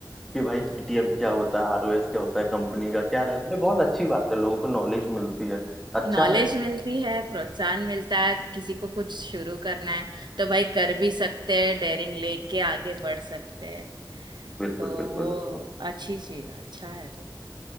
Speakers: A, in the centre; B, on the right.
A: कि भाई जीटीएम क्या होता है आरओएस क्या होता है कंपनी का क्या रहता है बहुत अच्छी बात है लोगों को नॉलेज मिलती है
B: <laughs>
A: अच्छा
B: नॉलेज
A: है
B: मिलती है प्रोत्साहन मिलता है किसी को कुछ शुरू करना है तो भाई कर भी सकते हैं डेयरिंग लेके आगे बढ़ सकते हैं
A: बिल्कुल
B: तो
A: बिल्कुल
B: वो
A: बिल्कुल
B: अच्छी चीज अच्छा है